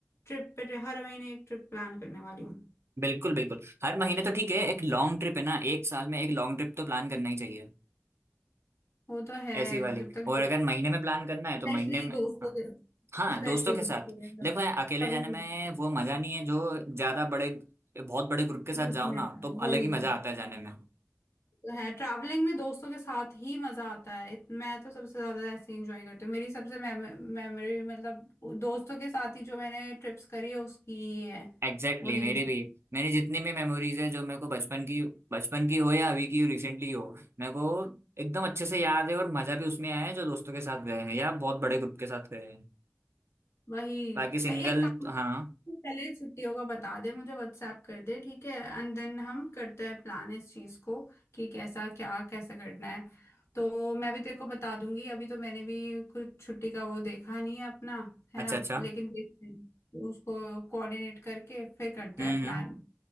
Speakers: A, on the left; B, on the right.
A: ट्रिप पे हर महीने एक ट्रिप प्लान करने वाली हूँ
B: बिल्कुल बिल्कुल हर महीने तो ठीक है एक लॉन्ग ट्रिप है ना एक साल में एक लॉन्ग ट्रिप तो प्लान करना ही चाहिए
A: वो तो है
B: ऐसी वाली
A: जब तक
B: और अगर महीने में प्लान करना है तो
A: स्पेशली
B: महीने में
A: दोस्तों
B: हाँ
A: के
B: हाँ,
A: स्पेशली
B: दोस्तों के
A: दोस्तों
B: साथ
A: के साथ
B: देखो यार अकेले
A: कभी
B: जाने में वो मजा नहीं है जो ज्यादा बड़े बहुत बड़े ग्रुप के साथ
A: ग्रुप
B: जाओ
A: में
B: ना
A: आता
B: तो
A: है
B: अलग
A: वही
B: ही मजा आता है जाने में
A: तो है ट्रैवलिंग में दोस्तों के साथ ही मजा आता है इत- मैं तो सबसे ज्यादा ऐसे इंजॉय करती हूँ मेरी सबसे मेमोरी मतलब दोस्तों के साथ ही जो मैंने ट्रिप्स करी है उसकी ही है
B: एग्जैक्टली
A: वही
B: exactly, मेरे
A: enjoy
B: भी मैंने जितनी भी मेमोरीज है जो मेरे को बचपन की बचपन की हो या अभी की रिसेंटली हो मेरे को एकदम अच्छे से याद है और मजा भी उसमें आया है जो दोस्तों के साथ गए हैं या बहुत बड़े ग्रुप के साथ गए हैं
A: वही
B: बाकी सिंगल
A: तो एक काम करते
B: हाँ
A: हैं, पहले छुट्टियों का बता दे मुझे व्हाट्सएप कर दे ठीक है एंड देन हम करते हैं प्लान इस चीज को कि कैसा क्या कैसे करना है तो मैं भी तेरे को बता दूंगी अभी तो मैंने भी कुछ छुट्टी का वो देखा नहीं है अपना है
B: अच्छा
A: ना
B: अच्छा
A: लेकिन देखते हैं उसको कोऑर्डिनेट करके फिर करते
B: हम्म
A: हैं प्लान
B: हम्म,